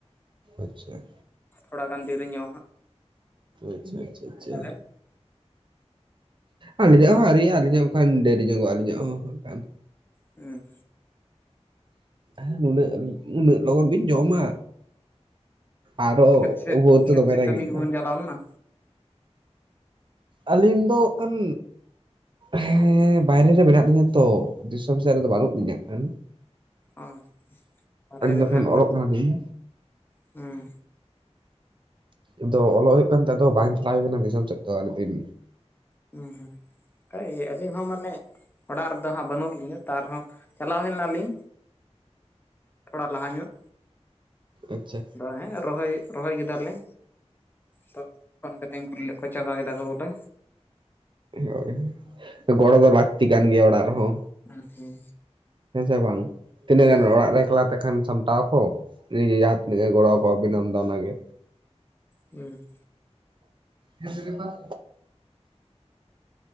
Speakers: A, on the right; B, on the left.
A: ᱟᱪᱪᱷᱟ᱾
B: ᱛᱷᱚᱲᱟᱜᱟᱱ ᱫᱮᱨᱤ ᱧᱚᱜ
A: ᱟᱪᱪᱷᱟ ᱟᱪᱪᱷᱟ ᱟᱪᱪᱷᱟ
B: ᱦᱟᱸᱜ᱾
A: ᱟᱹᱞᱤᱧᱟᱜ ᱦᱚᱸ ᱟᱹᱣᱨᱤᱭᱟᱜᱼᱟ ᱟᱹᱞᱤᱧᱟᱜ ᱦᱚᱸ ᱟᱠᱷᱟᱱ ᱰᱮᱨᱤ ᱧᱚᱜᱟᱜᱼᱟ ᱟᱹᱞᱤᱧᱟᱜ ᱦᱚᱸ ᱦᱟᱸᱜ ᱠᱷᱟᱱ᱾
B: ᱦᱩᱸ᱾
A: ᱦᱮᱸ ᱱᱩᱱᱟᱹᱜ ᱩᱱᱟᱹᱜ ᱞᱚᱜᱚᱱ ᱵᱤᱱ ᱡᱚᱢᱟ? ᱟᱨᱦᱚᱸ
B: ᱠᱷᱮᱛ ᱥᱮᱫ
A: ᱵᱷᱳᱨ ᱛᱮ
B: ᱠᱷᱮᱛ
A: ᱫᱚᱢᱮ
B: ᱥᱮᱫ
A: ᱨᱮᱜᱮᱸᱡ-ᱟ᱾
B: ᱠᱟᱹᱢᱤ ᱠᱚᱵᱚᱱ ᱪᱟᱞᱟᱣ ᱞᱮᱱᱟ?
A: ᱟᱹᱞᱤᱧ ᱫᱚ ᱦᱟᱠᱟᱱ ᱦᱮᱸ ᱵᱟᱭᱨᱮ ᱨᱮ ᱢᱮᱱᱟᱜ ᱞᱤᱧᱟᱹ ᱛᱚ, ᱫᱤᱥᱚᱢ ᱥᱮᱫ ᱨᱮᱫᱚ ᱵᱟᱹᱱᱩᱜ ᱞᱤᱧᱟ ᱦᱟᱸᱜᱠᱷᱟᱱ᱾
B: ᱚ ᱵᱟᱦᱨᱮ ᱨᱮ
A: ᱫᱚ
B: ᱢᱮᱱᱟᱜ
A: ᱠᱷᱟᱱ
B: ᱵᱮᱱᱟ᱾
A: ᱚᱞᱚᱜ ᱠᱟᱱᱟᱞᱤᱧ
B: ᱦᱮᱸ᱾
A: ᱟᱫᱚ ᱚᱞᱚᱜ ᱦᱩᱭᱩᱜ ᱠᱟᱱ ᱛᱮ ᱟᱫᱚ ᱵᱟᱝ ᱪᱟᱞᱟᱣ ᱦᱩᱭ ᱠᱟᱱᱟ ᱫᱤᱥᱚᱢ ᱥᱮᱫ ᱫᱚ ᱟᱹᱰᱤ ᱫᱤᱱ᱾
B: ᱦᱩᱸ ᱦᱩᱸ ᱚᱱᱠᱟ ᱤᱭᱟᱹ ᱟᱹᱞᱤᱧ ᱦᱚᱸ ᱢᱟᱱᱮ ᱚᱲᱟᱜ ᱨᱮᱫᱚ ᱦᱟᱸᱜ ᱵᱟᱹᱱᱩᱜ ᱞᱤᱧᱟ ᱛᱟᱨ ᱨᱮᱦᱚᱸ ᱪᱟᱞᱟᱣ ᱦᱮᱞᱱᱟᱞᱤᱧ᱾ ᱛᱷᱚᱲᱟ ᱞᱟᱦᱟ ᱧᱚᱜ᱾
A: ᱟᱪᱪᱷᱟ᱾
B: ᱟᱫᱚ ᱦᱮᱸ ᱨᱚᱦᱚᱭ, ᱨᱚᱦᱚᱭ ᱠᱮᱫᱟ ᱞᱮ ᱛᱚᱜ ᱯᱷᱳᱱ ᱠᱟᱛᱮᱧ ᱠᱩᱞᱤ ᱞᱮᱫ ᱚᱠᱚᱭ ᱪᱟᱵᱟ ᱠᱮᱫᱟ ᱠᱚ ᱵᱚᱞᱮ᱾
A: ᱦᱳᱭ ᱜᱚᱲᱚ ᱫᱚ ᱞᱟᱹᱠᱛᱤ ᱠᱟᱱ ᱜᱮᱭᱟ ᱚᱲᱟᱜ ᱨᱮᱦᱚᱸ᱾
B: ᱦᱩᱸ ᱦᱩᱸ
A: ᱦᱮᱸᱥᱮ ᱵᱟᱝ, ᱛᱤᱱᱟᱹᱜ
B: ᱦᱮᱸ
A: ᱜᱟᱱ ᱚᱲᱟᱜ ᱨᱮ ᱮᱠᱞᱟ ᱛᱮ ᱠᱷᱟᱱ ᱥᱟᱢᱴᱟᱣ ᱠᱚ ᱱᱤᱡᱮ ᱡᱟᱦᱟᱸ ᱛᱤᱱᱟᱹᱜ ᱜᱮ ᱜᱚᱲᱚ ᱠᱚᱣᱟᱵᱤᱱ ᱟᱢᱫᱚ ᱚᱱᱟᱜᱮ᱾
B: ᱦᱩᱸ᱾
A: ᱜᱮᱸᱫᱽ ᱨᱤᱱᱟᱜ